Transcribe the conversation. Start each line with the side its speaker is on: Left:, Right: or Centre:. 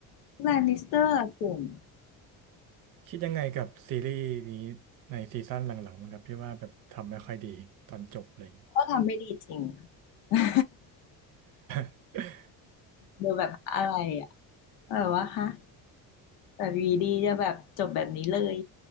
Left: แลนนิสเตอร์เก่ง
Right: คิดยังไงกับซีรีส์นี้ในซีซั่นหลังๆมั้งครับพี่ว่าแบบทำไม่ค่อยดีตอนจบเลย
Left: ก็ทำไม่ดีจริง <laughs>
Right: <laughs>
Left: ดูแบบอะไร แบบว่าฮะแบบวีดีจะแบบจบแบบนี้เลย